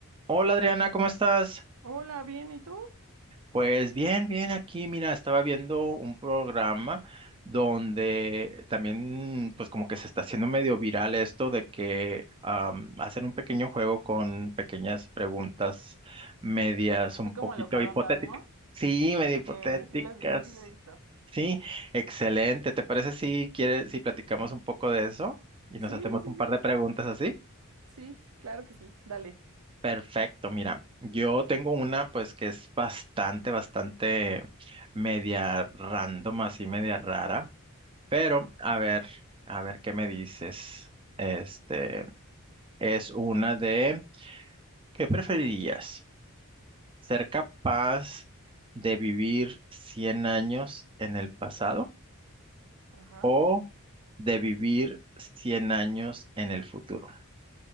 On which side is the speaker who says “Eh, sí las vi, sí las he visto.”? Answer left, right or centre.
Right